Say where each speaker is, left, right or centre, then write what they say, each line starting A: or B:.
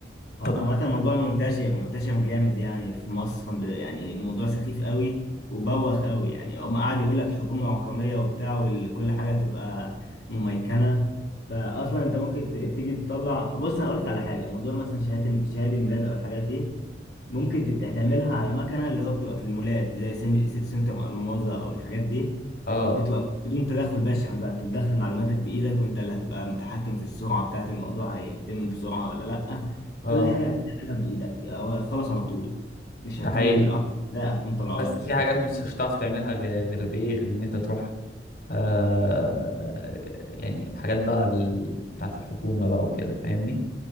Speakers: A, on the left; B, on the left.
A: آه،
B: طب
A: عامة الموضوع منتشر منتشر جامد يعني في مصر ب- يعني الموضوع سخيف قوي وبوخ قوي يعني هم قعد يقول لك حكومة رقمية وبتاع وكل حاجة تبقى مميكنة فأصلا أنت ممكن ت- تيجي تطلع بص أنا أقول لك على حاجة موضوع مثلا شهادة شهادة الميلاد أو الحاجات دي ممكن تت- تعملها على مكنة اللي هو بتبقى في المولات زي سن- سيتي سنتر ألماظة أو الحاجات دي
B: اه
A: بتبقى بدون تدخل بشري بقى انت بتدخل معلوماتك بايدك وانت اللي هتبقى متحكم في السرعه بتاعت الموضوع هيتم بسرعه ولا لا
B: اه
A: كل حاجه هتعملها بايدك او هتخلص على طول مش
B: ده
A: هتكمل
B: حقيقي
A: العقد ده هتكون طالعه
B: بس
A: لك الشهاده
B: في حاجات مش هتعرف تعملها غير غير بايه غير ان انت تروح آه يعني الحاجات بقى ال- بتاعت الحكومه بقى وكده فاهمني